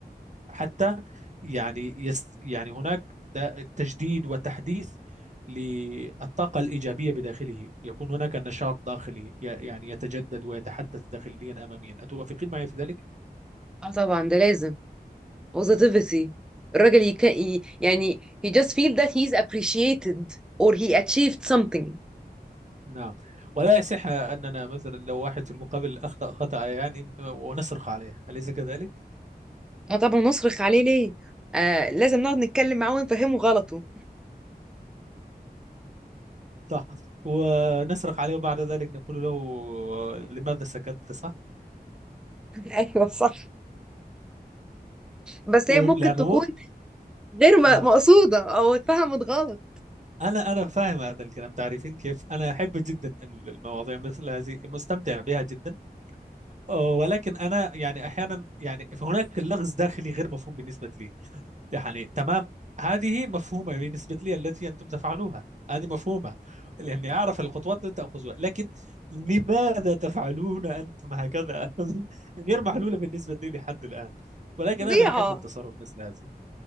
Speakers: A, on the right; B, in the centre.
A: حتى يعني يست يعني هناك ده تجديد وتحديث للطاقة الإيجابية بداخله يكون هناك نشاط داخلي ي- يعني يتجدد ويتحدث داخليا أماميا أتوافقين معي في ذلك؟
B: اه طبعا ده لازم positivity الراجل يك... ي- يعني he just feel that he's appreciated or he achieved something
A: نعم ولا يصح أننا مثلا لو واحد في المقابل أخطأ خطأ يعني ونصرخ عليه أليس كذلك؟
B: اه طبعا نصرخ عليه ليه آه لازم نقعد نتكلم معاه ونفهمه غلطه
A: صح ونصرخ عليه وبعد ذلك نقول له لماذا سكت صح؟
B: <laughs> ايوه صح بس
A: و-
B: هي ممكن
A: لأنه
B: تكون غير م-
A: نعم
B: مقصودة او اتفهمت غلط
A: انا انا فاهم هذا الكلام تعرفين كيف انا احب جدا ال- المواضيع مثل هذه مستمتع بها جدا ولكن انا يعني احيانا يعني هناك اللغز داخلي غير مفهوم بالنسبه لي يعني تمام هذه مفهومه بالنسبه لي التي انتم تفعلونها هذه مفهومه لاني اعرف الخطوات التي تاخذها لكن لماذا تفعلون انتم هكذا <laughs> غير محلوله بالنسبه لي لحد الان ولكن
B: طبيعة
A: انا احب التصرف مثل هذه